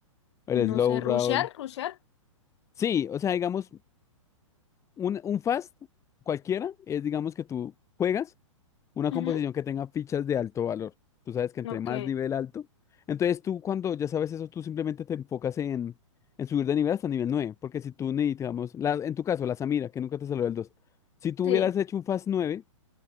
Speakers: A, on the left (about 15°); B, on the left (about 55°).
A: El
B: No
A: Slow
B: sé,
A: Roll.
B: rushear, rushear.
A: Sí, o sea, digamos, un, un Fast cualquiera es, digamos, que tú juegas una
B: Ujú.
A: composición que tenga fichas de alto valor. Tú sabes que entre
B: Ok,
A: más nivel alto. Entonces tú cuando ya sabes eso, tú simplemente te enfocas en, en subir de nivel hasta nivel nueve Porque si tú, ni, digamos, la, en tu caso, la Samira, que nunca te salió el dos Si tú
B: sí,
A: hubieras hecho un Fast nueve